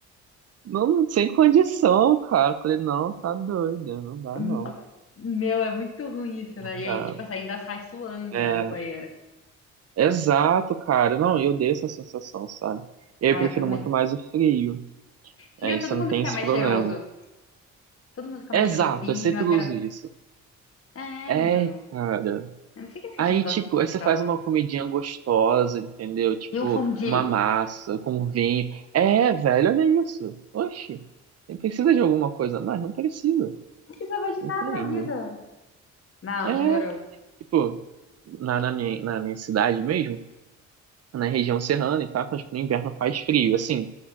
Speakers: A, on the right (about 55°); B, on the left (about 50°).
A: Não, sem condição, cara. Eu Falei, não, tá doido, não dá
B: Hum,
A: não.
B: Meu, é muito ruim isso,
A: Não
B: né? E
A: dá.
B: aí, tipo assim, ainda sai suando,
A: É,
B: né, do banheiro.
A: exato, cara. Não, eu dei essa sensação, sabe? Eu
B: Ah,
A: prefiro
B: eu também.
A: muito mais o frio.
B: Frio,
A: Aí você
B: todo
A: não
B: mundo
A: tem
B: fica
A: esse
B: mais
A: problema.
B: cheiroso. Todo mundo fica mais
A: Exato,
B: cheirosinho,
A: eu sempre
B: agra...
A: uso isso.
B: É,
A: É,
B: meu.
A: cara.
B: Eu não sei que as pessoas
A: Aí,
B: gostam
A: tipo,
B: tanto
A: aí você
B: de calor.
A: faz uma comidinha gostosa, entendeu? Tipo,
B: E um fundi?
A: uma massa com vinho. É, velho, olha isso. Oxi, Ele precisa de alguma coisa mais? Não precisa,
B: Não precisa mais de
A: entende?
B: nada na vida. Não,
A: É,
B: juro.
A: tipo, na, na minha, na minha cidade mesmo, na região serrana e tal, mas no inverno faz frio. Assim,